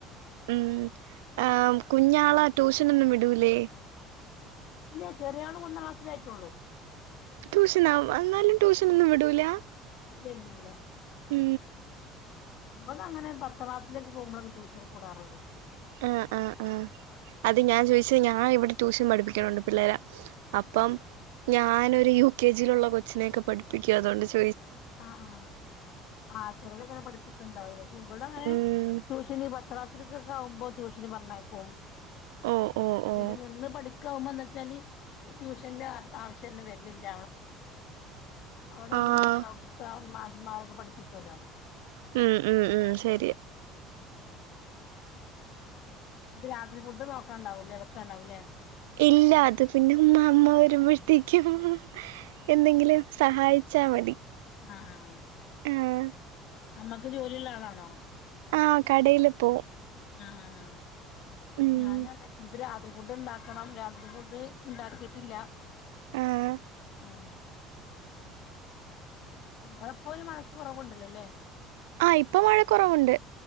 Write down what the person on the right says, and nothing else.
ഉം ആ കുഞ്ഞാളാ ട്യൂഷനൊന്നും വിടൂലേ
ട്യൂഷനാ എന്നാലും ട്യൂഷനൊന്നും വിടൂല
ഉം
ആ ആ ആ അത് ഞാൻ ചോയിച്ചത് ഞാൻ ഇവിടെ ട്യൂഷൻ പഠിപ്പിക്കണുണ്ട് പിള്ളേരേ അപ്പം ഞാനൊരു യു കെ ജി യിലുള്ള കൊച്ചിനൊക്കെ പഠിപ്പിക്കും അതുകൊണ്ടാ ചോ
ഉം
ഓ ഓ ഓ
ആഹ്
മ് മ് മ് ശെരി
ഇല്ല അത് പിന്നെ മ്മാമ്മ വരുമ്പോഴത്തേക്കും എന്തെങ്കിലും സഹായിച്ചാ മതി.
ആഹ്
ആഹ് കടയില് പോവും.
ഉം
ആഹ്
ആഹ് ഇപ്പൊ മഴ കുറവുണ്ട്.